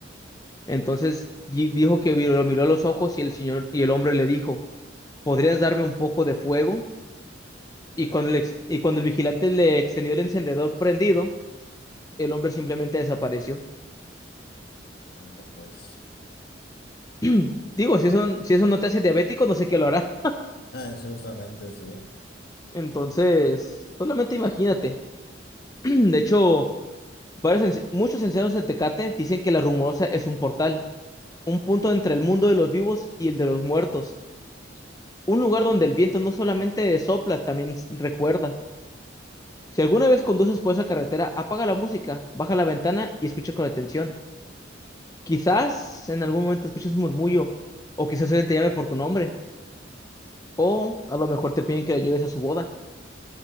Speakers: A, on the left; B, on the left.
A: Entonces di- dijo que vi- lo miró a los ojos y el señor y el hombre le dijo, ¿podrías darme un poco de fuego? Y
B: caray.
A: cuando el, ex- y cuando el vigilante le extendió el encendedor prendido, el hombre simplemente desapareció.
B: Anda, pues.
A: <clears throat> Digo, si eso, si eso no te hace diabético, no sé qué lo hará.
B: Ah, eso justamente, sí.
A: Entonces, solamente imagínate. <clears throat> De hecho, varios enci- muchos ancianos de Tecate dicen que la Rumorosa es un portal, un punto entre el mundo de los vivos y el de los muertos, un lugar donde el viento no solamente sopla, también s- recuerda. Si alguna vez conduces por esa carretera, apaga la música, baja la ventana y escucha con atención. Quizás en algún momento escuches un murmullo, o quizás alguien te llame por tu nombre. O a lo mejor te piden que la lleves a su boda.